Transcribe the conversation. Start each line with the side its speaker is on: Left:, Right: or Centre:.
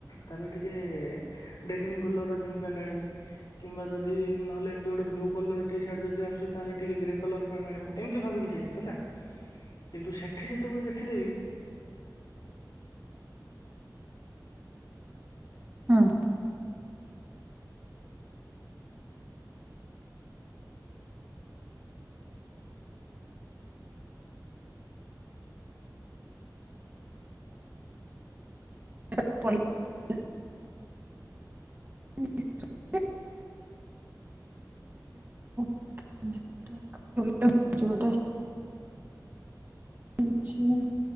Left: ତାହେଲେ ଟିକେ ଡେନିନି କଲର ର ଜିନ୍ ପ୍ୟାଣ୍ଟ ଆଣିବି। କିମ୍ବା ଯଦି ନହେଲେ ଏମତି ଗୋଟେ ବ୍ଲୁ କଲର ଟି ସାର୍ଟ ଯଦି ଆଣି ତାହେଲେ ଟିକେ ଗ୍ରେ କଲର ଆଣିବ ଏମିତି ଭାବିକି ଯାଇଥିବ ହେଲା କିନ୍ତୁ ସେଠି ଯେତୋବୋଳେ ଦେଖିଦେବି।
Right: <inaudible> ହୁଁ। <unintelligible> <unintelligible> <unintelligible> <unintelligible>